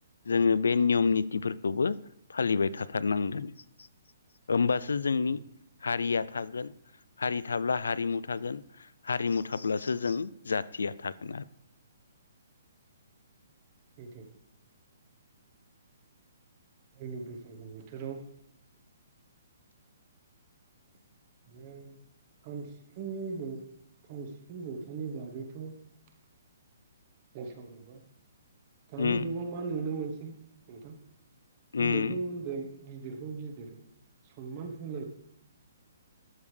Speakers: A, on the left; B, on the right.
A: जोङो बे नियम नितिफोरखौबो फालिबाय थाथारनांगोन। होमबासो
B: औ नोंथां।
A: जोंनि हारिया थागोन हारि थाब्ला हारिमु थागोन हारिमु थाब्लासो जों जाथिया थागोन आरो
B: <unintelligible> जोंनि बैसागु बोथोराव। <unintelligible> जों सावरायबाय दानि
A: उम
B: जुगाव मा नुनो मोनसै नोंथां उन्दैखौ
A: उम
B: उन्दै गिदिरखौ गिदिर सनमान होलाय